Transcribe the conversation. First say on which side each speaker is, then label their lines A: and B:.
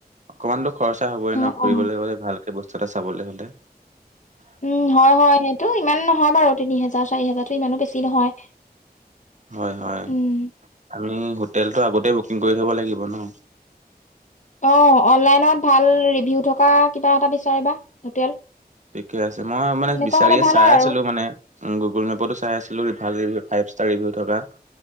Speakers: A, on the right; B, on the left.
A: অকমানতো খৰচা হবই
B: অ',
A: ন' ফুৰিবলৈ
B: অ',
A: গ'লে ভালকে বস্তু এটা চাবলৈ হ'লে।
B: উম, হয়, হয়, সেইটো ইমান নহয় বাৰু তিনি হোজাৰ চাৰি হোজাৰতো ইমানো বেছি নহয়।
A: হয় হয়,
B: উম,
A: আমি হোটেলটো আগতেই বো কিং কৰি থ'ব লাগিব ন'।
B: অ, অনলাইনত ভাল ৰিভিউ থকা কিবা এটা বিচাৰিবা হোটেল।
A: ঠিকে আছে মই মানে
B: তেনেকুৱা
A: বিচাৰিয়ে
B: হ'লে ভাল
A: চাই
B: হয়
A: আছিলোঁ,
B: আৰু
A: মানে গুগুল মেপতো চাই আছিলো ৰিভাৰ্জ ফাইভ ষ্টাৰ ৰিভিউ থকা